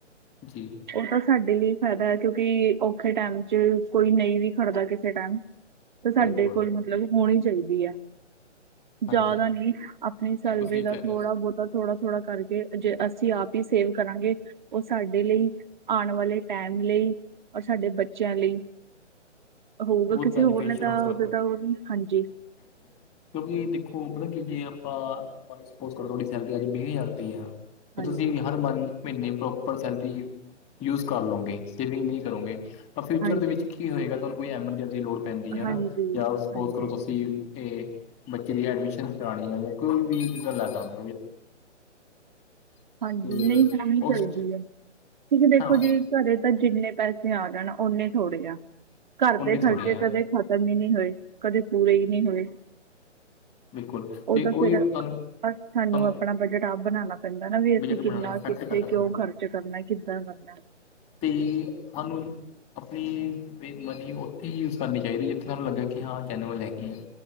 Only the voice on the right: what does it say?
ਉਹ ਤਾਂ ਸਾਡੇ ਲਈ ਫਾਇਦਾ ਹੈ, ਕਿਉਂਕਿ ਔਖੇ ਟਾਈਮ ਚ ਕੋਈ ਨਹੀਂ ਵੀ ਖੜਦਾ ਕਿਸੇ ਟਾਈਮ ਤਾਂ ਸਾਡੇ
ਕੋਲ ਮਤਲਬ ਹੋਣੀ ਚਾਹੀਦੀ ਹੈ। ਜ਼ਿਆਦਾ
ਨਹੀਂ ਆਪਣੀ
ਸੈਲਰੀ
ਦਾ
ਥੋੜਾ
ਬਹੁਤ ਥੋੜਾ ਥੋੜਾ ਕਰਕੇ ਜੇ ਅਸੀਂ ਆਪ ਹੀ ਸੇਵ ਕਰਾਂਗੇ ਉਹ ਸਾਡੇ ਲਈ ਆਉਣ ਵਾਲੇ ਟਾਈਮ ਲਈ ਔਰ ਸਾਡੇ ਬੱਚਿਆਂ ਲਈ ਹੋਊਗਾ
ਕਿਸੇ
ਹੋਰ ਨੇ ਤਾਂ
ਉਦੇ ਤਾਂ ਉਹ ਨੀ ਹਾਂਜੀ
ਹਾਂਜੀ
ਹਾਂਜੀ
ਹਾਂਜੀ
ਹਾਂਜੀ
ਹਾਂਜੀ
ਨਹੀਂ ਹੋਣੀ
ਚੱਲਦੀ ਹੈ। ਠੀਕ ਦੇਖੋ
ਜੀ ਘਰੇ ਤਾਂ ਜਿੰਨੇ ਪੈਸੇ ਆ ਜਾਣ ਓਨੇ ਥੋੜ੍ਹੇ ਆ ਘਰ
ਦੇ ਖ਼ਰਚੇ
ਕਦੇ ਖਤਮ ਹੀ ਨਹੀਂ ਹੋਏ ਕਦੇ ਪੂਰੇ ਹੀ ਨਹੀਂ ਹੋਏ।
ਉਹ
ਤਾਂ
ਫਿਰ ਅਸ
ਸਾਨੂੰ
ਆਪਣਾ ਬਜਟ ਆਪ ਬਣਾਉਣਾ ਪੈਂਦਾ ਨਾ ਵੀ।
ਅਸੀਂ
ਕਿੰਨਾ
ਕਿੱਥੇ
ਕਿਉਂ ਖਰਚ ਕਰਨਾ ਕਿੱਦਾਂ ਕਰਨਾ।